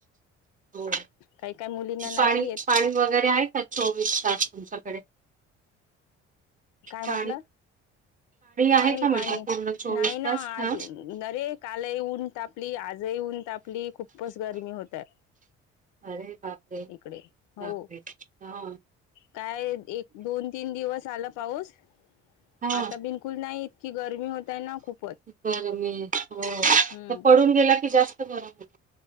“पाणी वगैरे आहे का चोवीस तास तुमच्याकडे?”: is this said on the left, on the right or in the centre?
Right